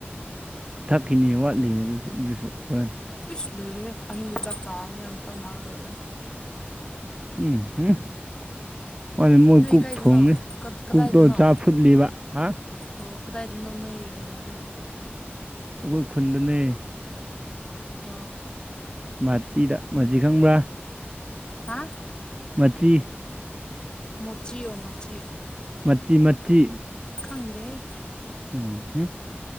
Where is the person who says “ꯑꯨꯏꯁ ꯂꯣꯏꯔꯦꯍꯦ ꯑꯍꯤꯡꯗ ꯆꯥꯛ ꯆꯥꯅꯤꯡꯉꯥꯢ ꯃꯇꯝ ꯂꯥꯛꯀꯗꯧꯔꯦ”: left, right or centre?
Left